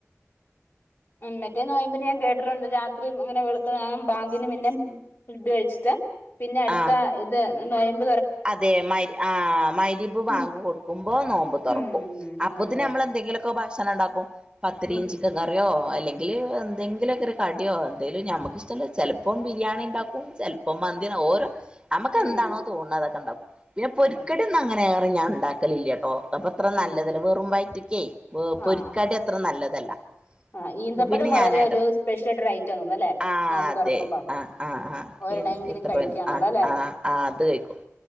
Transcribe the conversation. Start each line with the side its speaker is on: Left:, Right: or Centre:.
Left: മറ്റേ നോയ്മ്പ്ന് ഞാൻ കേട്ടിട്ടുണ്ട് രാത്രി അങ്ങനെ വെള്ക്കണേരം ബാങ്കിന് പിന്നെ ഫുഡ് കഴിച്ചിട്ട് പിന്നെ അടുത്ത
Right: ആ
Left: ഇത് നൊയ്മ്പ്
Right: അതെ മ ആഹ് മരിബ് വാങ്ക്
Left: ഉം
Right: കൊടുക്കുമ്പോ നോമ്പ് തുറക്കും
Left: ഉം
Right: അപ്പത്തിന്
Left: നൊയമ്പ് തുറ
Right: നമ്മളെന്ത ന്തെങ്കിലൊക്കെ ഭക്ഷണം ണ്ടാക്കും പത്തിരിം
Left: ഉം
Right: ചിക്കൻ കറിയോ അല്ലെ എന്തെങ്കിലുക്കെ കടിയോ എന്തായാലും നമുക്കിഷ്ടമ ചെലപ്പോ ബിരിയാണിണ്ടാക്കും ചിലപ്പോ മന്തി ഓരോ നമുക്കെന്താണോ
Left: ഉം
Right: തോന്നണ അതൊക്കെണ്ടാക്കും പിന്നെ പൊരിക്കടി
Left: ഉണ്ടാക്കും
Right: ഒന്ന്ങ്ങനേറെ ഞാൻ ഉണ്ടാക്കലില്ലട്ടോ അപ്പത്ര നല്ലതല്ല
Left: ഉം ഉം
Right: വെറും വയറ്റ്ക്കെ പൊരിക്കാടി
Left: ആഹ്
Right: അത്ര നല്ലതല്ല
Left: ആഹ് ഈന്തപ്പഴം
Right: അപ്പൊ പിന്നെ
Left: വളരെ
Right: ഞാനായിട്ട
Left: ഒരു സ്പെഷ്യൽ ആയിട്ട് ഒരു ഐറ്റം തോന്നുന്നു അല്ലേ
Right: ആഹ്
Left: നോമ്പ്
Right: അതെ
Left: തുറക്കുമ്പോ
Right: ആഹ് ആഹ് ആഹ്
Left: ഒരെണ്ണമെങ്കിലും
Right: ഇത്തപ്പഴ
Left: കഴിക്കാന്നുള്ള
Right: ആഹ്
Left: അല്ലേ
Right: ആഹ് ആഹ് അത് കഴിക്കും